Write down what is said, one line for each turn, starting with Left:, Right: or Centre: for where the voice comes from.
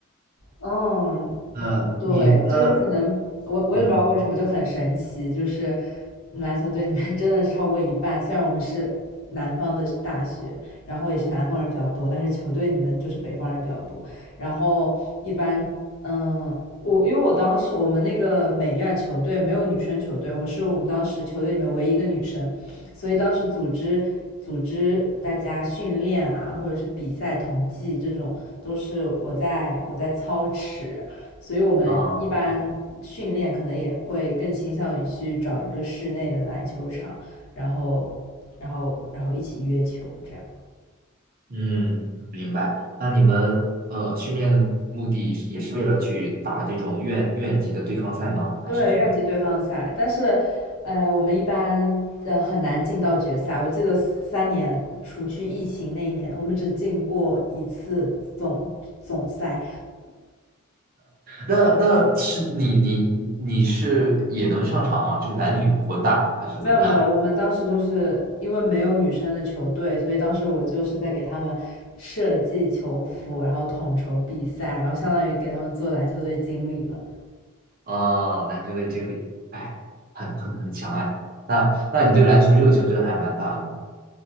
Left: 嗯，
Right: 嗯，
Left: 对，
Right: 你那
Left: 就是可能我我也不知道为什么就很神奇，
Right: 嗯
Left: 就是篮球队里面 <laughs> 真的超过一半，虽然我们是南方的大学，然后也是南方人比较多，但是球队里面就是北方人比较多。然后一般，嗯，我因为我当时我们那个美院球队没有女生球队，我是我们当时球队里面唯一一个女生，所以当时组织组织大家训练啊，或者是比赛统计这种，都是我在我在操持，所以我们一般训练可能也会更倾向于去找一个室内的篮球场，
Right: 啊
Left: 然后，然后，然后一起约球这样。
Right: 嗯，明白。那你们呃训练的目的是也是为了去打这种院院级的对抗赛吗？还是什么？
Left: 对，院级对抗赛，但是，呃，我们一般呃很难进到决赛。我记得三年，除去疫情那一年，我们只进过一次总总赛。
Right: 那那是你你你是也能上场吗？就是男女混打呀，还是怎么着？
Left: 没有没有，我们当时就是因为没有女生的球队，所以当时我就是在给他们设计球服，然后统筹比赛，然后相当于给他们做篮球队经理了。
Right: <laughs> 啊，篮球队经理，哎，很很很强哎。那那你对篮球热情真的还蛮大的。